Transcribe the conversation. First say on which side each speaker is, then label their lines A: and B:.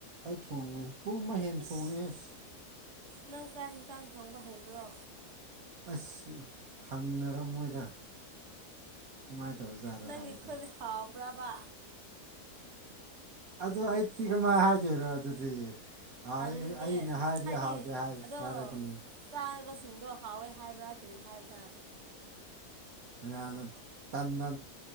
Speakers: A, on the right; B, on the right.
A: ꯑꯩ ꯊꯣꯡꯉꯦ ꯄꯨꯡ ꯑꯃ ꯍꯦꯟꯅ
B: ꯏꯁ
A: ꯊꯣꯡꯉꯦꯁ
B: ꯅꯪ ꯆꯥꯛ ꯌꯦꯟꯁꯥꯡ ꯊꯣꯡꯕ ꯍꯩꯕ꯭ꯔꯣ
A: ꯑꯁ ꯍꯪꯅꯔ ꯃꯣꯏꯗ ꯀꯃꯥꯏꯅ ꯇꯧꯔꯖꯥꯠꯔꯥ
B: ꯅꯪ
A: ꯍꯥꯏꯕꯗꯣ
B: ꯏꯈꯣꯗꯤ ꯍꯥꯎꯕ꯭ꯔꯕ
A: ꯑꯗꯨ ꯑꯩꯗꯤꯤ ꯀꯃꯥꯏ ꯍꯥꯏꯒꯣꯏꯔꯣ ꯑꯗꯨꯗꯤ ꯍꯥꯏ
B: ꯇꯥꯡꯅꯤꯡꯉꯦ
A: ꯑꯩꯅ ꯍꯥꯏꯔꯗꯤ
B: ꯍꯥꯏꯗꯤ
A: ꯍꯥꯎꯗꯦ
B: ꯑꯗꯣ
A: ꯍꯥꯏꯔꯛꯀꯅꯤ
B: ꯆꯥꯅꯕ ꯁꯤꯡꯗꯣ ꯍꯥꯎꯋꯏ ꯍꯥꯏꯕ꯭ꯔꯥ ꯀꯔꯤ ꯍꯥꯏꯕ꯭ꯔꯥ
A: ꯃꯌꯥꯝꯅ